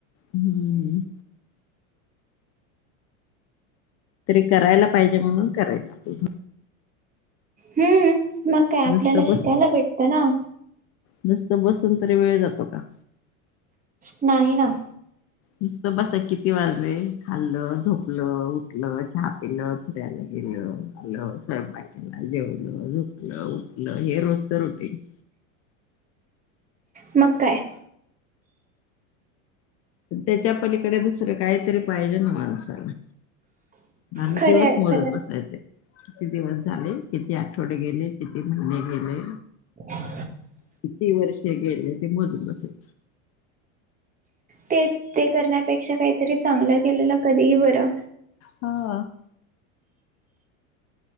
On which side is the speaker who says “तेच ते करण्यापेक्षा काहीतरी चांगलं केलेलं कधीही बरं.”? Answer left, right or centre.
Right